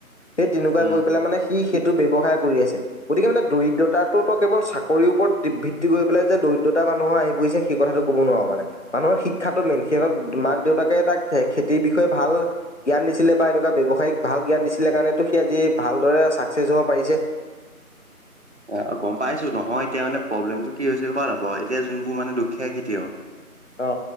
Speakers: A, on the left; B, on the right.
A: সেই তেনেকুৱা
B: উম
A: কৰি পেলাই মানে সি সে টো ব্যয়ৱসায় কৰি আছে গতিকে মানে দৰিদ্ৰতাটো কেৱল চাকৰিৰ ওপৰত <unintelligible> খেতি কৰি পেলাই যে দৰিদ্ৰতা মানুহৰ আহি পৰিছে সেই কথাটো ক'ব নোৱাৰ মানে। মানুহৰ শিক্ষাটো মেইন, সিহঁতক মাক দেউতাকে তাক খেতিৰ বিষয়ে ভাল জ্ঞান দিছিলে বা এনেকুৱা ব্যৱসায়িক ভাল জ্ঞান দিছিলে কাৰণেতো সি আজি ভালদৰে ছাকচে হ'ব পাৰিছে।
B: অ' গম পাইছোঁ নহয় এতিয়া মানে প্ৰব্লেমটো কি হৈছে গম পাওঁ নাই? অ' এতিয়া যোনবোৰ মানে দুখীয়া খেতিয়ক
A: অ